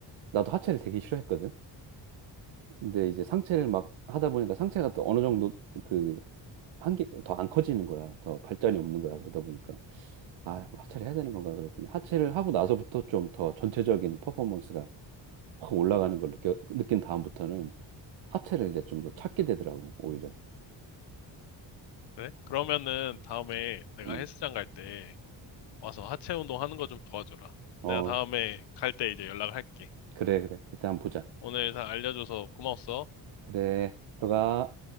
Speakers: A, on the right; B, on the left.
A: 나도 하체를 되게 싫어했거든. 근데 이제 상체를 막 하다 보니까 상체가 또 어느 정도 그, 한계, 더 안 커지는 거야. 더 발전이 없는 거야. 그러다 보니까. 아, 하체를 해야 되는 건가 그랬더니 하체를 하고 나서부터 좀 더 전체적인 퍼포먼스가 확 올라가는 걸 느껴, 느낀 다음부터는 하체를 이제 좀 더 찾게 되더라고, 오히려.
B: 그래? 그러면은 다음에 내가
A: 음.
B: 헬스장 갈 때 와서 하체 운동 하는 거 좀 도와줘라.
A: 어,
B: 내가 다음에 갈 때 이제 연락을 할게.
A: 그래, 그래. 그때 한번 보자.
B: 오늘 다 알려줘서 고마웠어.
A: 그래, 들어가.